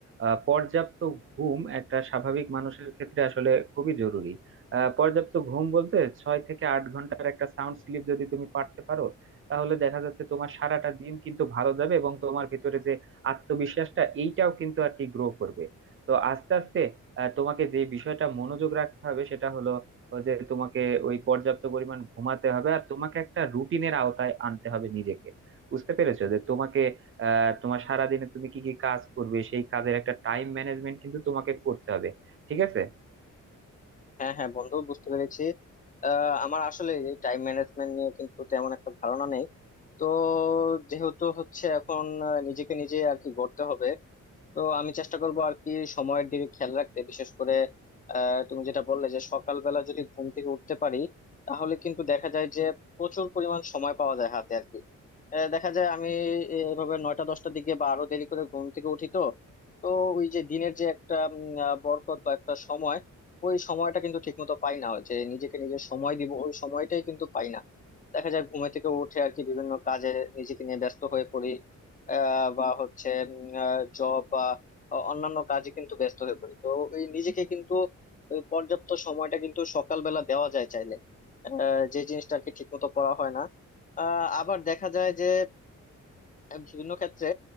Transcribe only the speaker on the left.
হ্যাঁ হ্যাঁ বন্ধু বুঝতে পেরেছি আহ, আমার আসলে এই টাইম ম্যানেজমেন্ট নিয়ে কিন্তু তেমন একটা ধারণা নেই তো যেহেতু হচ্ছে এখন আহ, নিজেকে নিজে আর কি গড়তে হবে তো আমি চেষ্টা করবো আর কি সময়ের দিকে খেয়াল রাখতে বিশেষ করে আহ, তুমি যেটা বললে যে সকালবেলা যদি ঘুম থেকে উঠতে পারি তাহলে কিন্তু দেখা যায় যে প্রচুর পরিমাণ সময় পাওয়া যায় হাতে আর কি আহ, দেখা যায় আমি এভাবে নয়টা দশটার দিকে বা আরো দেরি করে ঘুম থেকে উঠি তো তো ওই যে দিনের যে একটা উম, আহ, বরকত বা একটা সময় ওই সময়টা কিন্তু ঠিকমতো পাই না ওই যে নিজেকে নিজে সময় দিব ওই সময়টাই কিন্তু পাই না দেখা যায় ঘুমে থেকে উঠে আর কি বিভিন্ন কাজে নিজেকে নিয়ে ব্যস্ত হয়ে পড়ি আহ, বা হচ্ছে জব বা অন্যান্য কাজে কিন্তু ব্যস্ত হয়ে পড়ি তো ওই নিজেকে কিন্তু ওই পর্যাপ্ত সময়টা কিন্তু সকালবেলা দেওয়া যায় চাইলে আহ, যে জিনিসটা আর কি ঠিক মতো করা হয় না আহ, আবার দেখা যায় যে বিভিন্ন ক্ষেত্রে